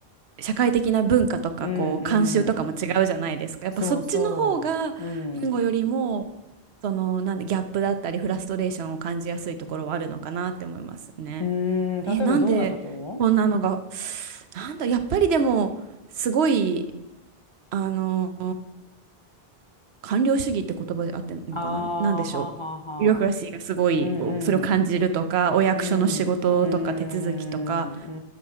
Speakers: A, on the right; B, on the left.
A: 社会的な文化とかこう慣習とかも違うじゃないですか。
B: うんうん。
A: やっぱそっちの方が言語よりも
B: そうそう。うん。う
A: そのなんでギャップだったりフラストレーションを感じやすいところはあるのかなって思いますね。
B: ーん、例えばどんなところ
A: え、なんでこんなのが、なんだ、やっぱりでもすごい、あの官僚主義って言葉で合ってんのかな、
B: ああー、
A: なんでしょう。
B: はあはあはあ。
A: ビュロクラシーがすごいおそれを感じるとかお役所の仕事とか手続きとか
B: うんうん。うん。うーん。う